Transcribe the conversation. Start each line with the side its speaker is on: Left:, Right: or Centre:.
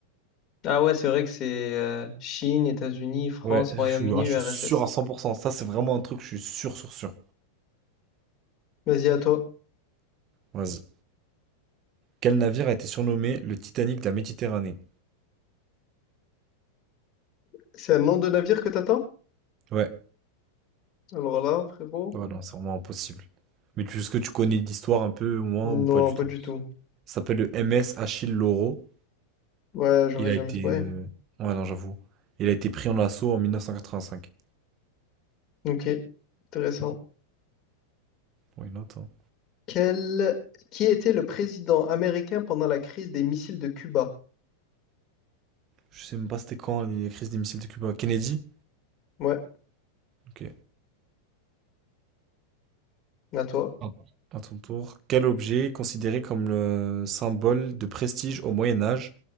Left: Ah ouais, c'est vrai que c'est euh, Chine, États-Unis, France,
Right: Ouais,
Left: Royaume-Uni,
Right: je suis, ah, je
Left: URSS.
Right: suis sûr à 100%. Ça, c'est vraiment un truc, je suis sûr, sûr, sûr.
Left: Vas-y, à toi.
Right: Vas-y. Quel navire a été surnommé le Titanic de la Méditerranée?
Left: C'est un nom de navire que t'attends?
Right: Ouais.
Left: Alors là, frérot?
Right: Ouais, non, c'est vraiment impossible. Mais tu, est-ce que tu connais l'histoire un peu, au moins,
Left: Non,
Right: ou pas du
Left: pas
Right: tout?
Left: du tout.
Right: Ça s'appelle le MS Achille Lauro.
Left: Ouais, j'aurais
Right: Il a
Left: jamais
Right: été.
Left: trouvé.
Right: euh, Ouais, non, j'avoue. Il a été pris en assaut en 1985.
Left: Ok, intéressant.
Right: Ouais, non, attends.
Left: Quel... Qui était le président américain pendant la crise des missiles de Cuba?
Right: Je sais même pas c'était quand les crises des missiles de Cuba. Kennedy?
Left: Ouais,
Right: Ok.
Left: à toi.
Right: Ah, À ton tour. Quel objet est considéré comme le symbole de prestige au Moyen Âge